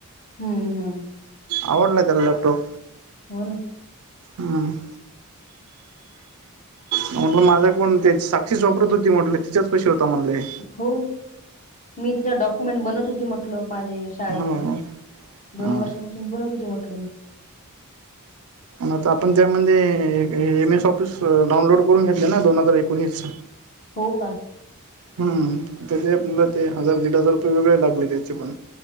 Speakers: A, on the left; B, on the right.
A: हम्म हम्म
B: आवडला त्याला लॅपटॉप
A: हो ना
B: हम म्हटलं माझा फोन ते साक्षीस वापरत होती म्हटलं तिच्याच पशी होता म्हटलं हे
A: हो मी त्याच्या डॉक्युमेंट बनत होती म्हटलं माझे शाळेचे
B: हो
A: दोन
B: हा
A: वर्षापासून बनत होते म्हटलं मी
B: आता आपण त्यामध्ये ए एम एस ऑफिस डाउनलोड करून घेतले ना दोन हजार एकोणीस
A: हो का
B: हम्म त्याचे आपल्याला ते हजार दीड हजार रुपये वेगळे लागले त्याचे पण